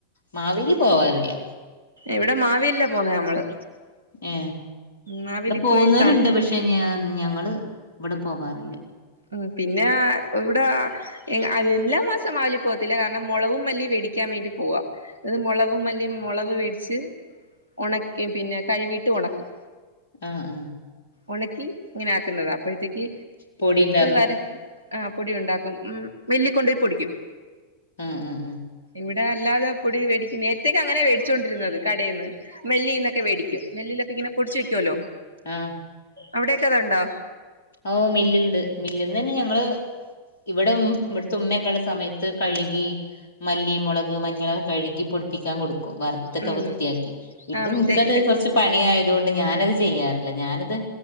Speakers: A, on the left (about 65°); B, on the right (about 80°).
A: മാവേലി പോവാറില്ല
B: ഇവിടെ മാവേലിലാ പോവുന്നേ നമ്മള്
A: ഏ
B: മാവേലി
A: ഇവിടെ പോകുന്നവരൊണ്ട്
B: പോയി സ
A: പക്ഷെ ഞാൻ ഞങ്ങള് ഇവിടെ പോവാറില്ല
B: ഉം പിന്നെ ഇവിടെ എല്ലാ എല്ലാമാസോം മാവേലി പോവത്തില്ല കാരണം മൊളകും മല്ലീം വേടിക്കാൻവേണ്ടി പോവാ അത് മൊളകും മല്ലിം മൊളക് വേടിച്ച് ഒണക്കീം പിന്നെ കഴിവീട്ട് ഒണക്കും
A: ആ ആ
B: ഒണക്കി ഇങ്ങനെയാക്കുന്നതാ അപ്പഴത്തേക്ക്
A: പൊടി ഇണ്ടാ
B: ആര് ആ പൊടിഒണ്ടാക്കും ഉം മില്ലിക്കൊണ്ടോയി പൊടിക്കും
A: അ ആ ഉം
B: ഇവിടെ അല്ലാതെ പൊടിമേടിക്കും നേരത്തെക്കെ അങ്ങനെ വേടിച്ചോണ്ടിരുന്നത് കടേന്ന് മില്ലിന്നെക്കെ വേടിക്കും മില്ലിലെക്കെയിങ്ങനെ പൊടിച്ചു വെക്കുവല്ലോ
A: ആ
B: അവിടേക്കെ അതൊണ്ടോ
A: ഓ മില്ലിണ്ട് മില്ലിലന്നെ ഞങ്ങള് ഇവിടെ ഉം ഇവിടത്തെ ഉമ്മയൊക്കെയുള്ള സമയത്ത് കഴുകി മല്ലി, മുളക്, മഞ്ഞള് കഴുകി പൊടിപ്പിക്കാൻ കൊടുക്കും വറു ത്ത് ഒക്കെ
B: ഉം
A: വൃത്തിയാക്കി ഇപ്പൊ
B: ആ വൃത്തിയാക്കിട്ട്
A: നിക്ക് കൊറച്ച്. പണിയായത് കൊണ്ട് ഞാൻ അത് ചെയ്യാറില്ല, ഞാൻ അത്